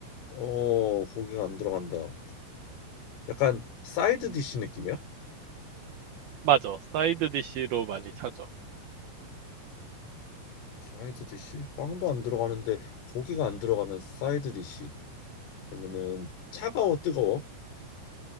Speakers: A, on the left; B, on the right.
A: 어, 고기가 안 들어간다. 약간 사이드 디시 느낌이야?
B: 맞아. 사이드 디쉬로 많이 찾아.
A: 사이드 디시? 빵도 안 들어가는데 고기가 안 들어가는 사이드 디시. 그러면은 차가워 뜨거워?